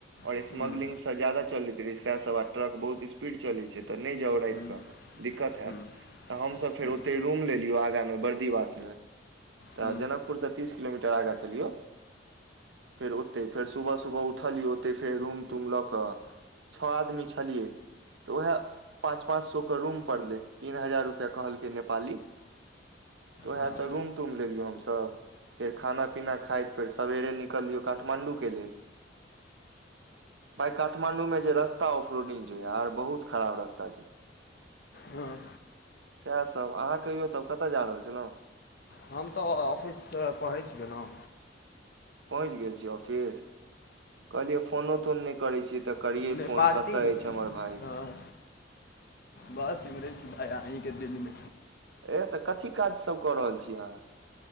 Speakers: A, on the right; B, on the left.
A: और
B: हम्म,
A: स्मग्लिंग जदा चलैत रहै सए सब आ ट्रक बहुत स्पीड चलैत छै तऽ नहि जाउ राति
B: हम्म,
A: कऽ दिक्कत हेत
B: हम्म,
A: तऽ हमसभ फेर
B: हम्म,
A: ओते रूम लेलियौ आगाँमे बर्दीवासमे तऽ
B: हम्म,
A: जनकपुर से तीस किलोमीटर आगा छलियौ फेर ओते फेर सुबह सुबह उठलियै ओते फेर रूम तूम लऽ कऽ छौ आदमी छलियै तऽ उएह पाँच पाँच सौ के रूम पड़लै तीन हजार रुपैआ कहल कै नेपाली तऽ उएह
B: हँ
A: तऽ रूम तूम लेलियौ हम सभ फेर खाना पीना खाइत फेर सवेरे निकलियौ काठमाण्डु के लेल भाय काठमांण्डु में मे जे रस्ता ऑफ रोडिंग छै यार बहुत खराब रस्ता छै
B: हाँ
A: सएह सब अहाँ कहियौ तब कतय जा रहल छलहुँ
B: हम तऽ ऑफिससँ पहुँच गेलहुँ
A: पहुँच गेल छीयै ऑफिस कहलियै फोनो तोन नहि करै छीयै तऽ करियै
B: नहि
A: फोन
B: पार्किंगमे
A: कतऽ अछि
B: छी
A: हमर भाई
B: हँ बस इिमरेछी भाय आहीके दिलमे
A: ए तऽ कथी काजसभ कऽ रहल छी अहाँ